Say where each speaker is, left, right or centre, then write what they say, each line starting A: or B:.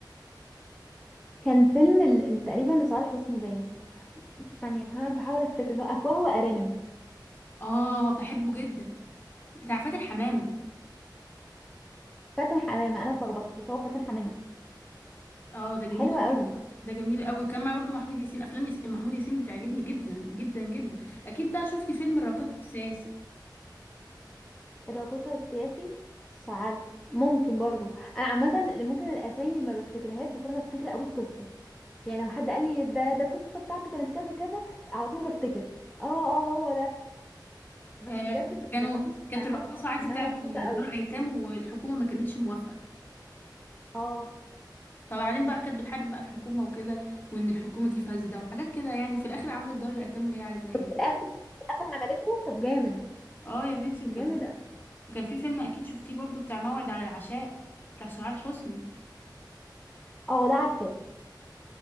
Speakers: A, in the centre; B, on the left.
A: كان فيلم ال- ال- تقريبا لصالح حسني باين ثانية عشان أنا بحاول أفتكر اللي هو أفواه وأرانب
B: اه بحبه جدا بتاع فاتن حمامة
A: فاتن حمامة أنا اتلخبطت بس هو فاتن حمامة
B: اه ده
A: حلوة
B: جميل قوي
A: قوي
B: ده جميل قوي كان معاه برضه محمود ياسين افلام يس... محمود ياسين بتعجبني جدا جدا جدا اكيد بقى شفتي فيلم الراقص والساسي
A: الراقصة والسياسي مش عارفة ممكن برضو انا عامة ممكن الاسامي ما بفتكرهاش بس انا بفتكر قوي القصة يعني لو حد قال لي ده ده القصة بتاعته كانت كذا كذا على طول بفتكر اه اه هو ده بس
B: آه
A: بجد
B: كانوا
A: بكون
B: كانت
A: حاسة
B: رقاصة عايزة
A: ان
B: تعمل
A: انا مبسوطة قوي
B: دار ايتام والحكومة ما كانتش موافقة
A: اه
B: فبعدين بقى كانت بتحارب بقى الحكومة وكده وان الحكومة دي فاسدة وحاجات كده يعني وفي الاخر عملت دار الايتام اللي هي عايزاه يعني
A: في الاخر في الاخر عملته طب جامد
B: اه يا بيتي وكان
A: جامد
B: في...
A: أوي.
B: وكان في فيلم اكيد شفتيه برضه بتاع موعد على العشاء بتاع سعاد حسني
A: اه ده عارفاه